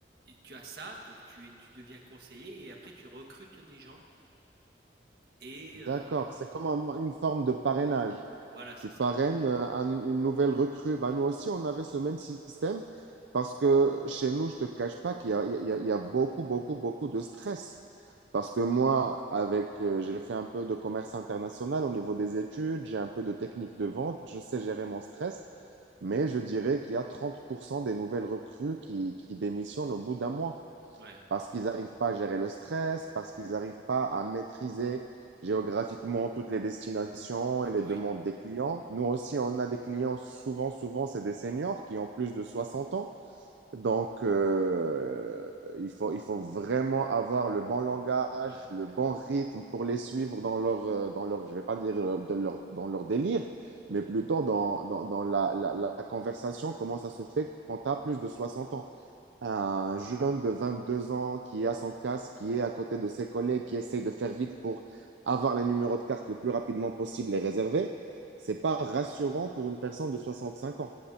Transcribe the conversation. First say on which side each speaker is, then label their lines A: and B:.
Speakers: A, on the right; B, on the right.
A: tu as ça, donc tu es tu deviens conseiller et après tu recrutes des gens et
B: D'accord.
A: heu,
B: C'est comme un- une forme de parrainage.
A: voilà, c'est
B: Tu
A: ça.
B: parraines euh, un- une nouvelle recrue. Ben, nous aussi, on avait ce même système parce que chez nous, je ne te cache pas qu'il y a, il y a- il y a beaucoup, beaucoup, beaucoup de stress. Parce que moi, avec, euh, j'ai fait un peu de commerce international au niveau des études, j'ai un peu de technique de vente, je sais gérer mon stress. Mais je dirais qu'il y a 30% des nouvelles recrues qui, qui démissionnent au bout d'un mois
A: Ouais.
B: parce qu'ils n'arrivent pas à gérer le stress, parce qu'ils n'arrivent pas à maîtriser géographiquement toutes les destinations
A: Ah
B: et les
A: bah
B: demandes
A: oui.
B: des clients. Nous aussi, on a des clients, souvent, souvent, c'est des seniors qui ont plus de 60 ans donc, euh, il faut, il faut vraiment avoir le bon langage,
A: Ouais, ouais,
B: le
A: ouais.
B: bon rythme pour les suivre dans leur, euh, dans leur je vais pas dire euh, de leur- dans leur délire, mais plutôt dans, dans, dans la, la, la conversation, comment ça se fait quand tu as plus de 60 ans. Un jeune de 22 ans qui a son casque, qui est à côté de ses collègues, qui essaie de faire vite pour avoir les numéros de carte le plus rapidement possible et réserver, c'est pas rassurant pour une personne de 65 ans.